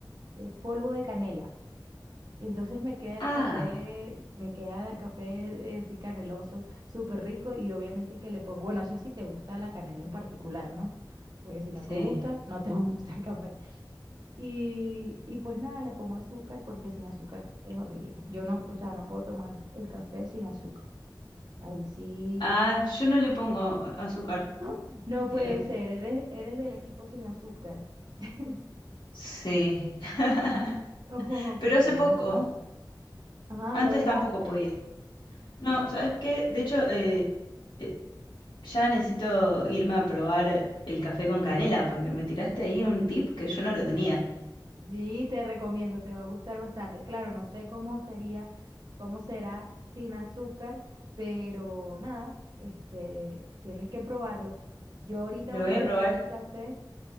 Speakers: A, on the right; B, on the left.
A: eh, polvo de canela. Y entonces me queda el
B: Ah,
A: café, me queda el café eh, así caneloso, súper rico y obviamente que le pongo, bueno, eso sí te gusta la canela en particular, ¿no? Porque si no
B: sí.
A: te gusta, no te <laughs> va a gustar el café. Y, y pues nada, le pongo azúcar porque sin azúcar es horrible. Yo no, o sea, no puedo tomar el café sin azúcar. Ahí sí.
B: Ah, yo no le pongo azúcar.
A: <gasps> ¡Ah! No puede
B: Eh,
A: ser, eres, eres del equipo sin azúcar. <laughs>
B: sí. <laughs>
A: Y- Oh,
B: Pero
A: Cami,
B: hace
A: yo
B: poco,
A: no puedo. Ah, lo
B: antes
A: dejaste.
B: tampoco podía. No, ¿sabes qué? De hecho, eh, eh, ya necesito irme a probar el café con canela, porque me tiraste ahí un tip que yo no lo tenía.
A: Sí, te recomiendo, te va a gustar bastante. Claro, no sé cómo sería, cómo será sin azúcar, pero nada, este, tienes que probarlo. Yo ahorita
B: ¿Lo
A: voy
B: voy
A: a
B: a
A: buscar
B: probar?
A: mi café,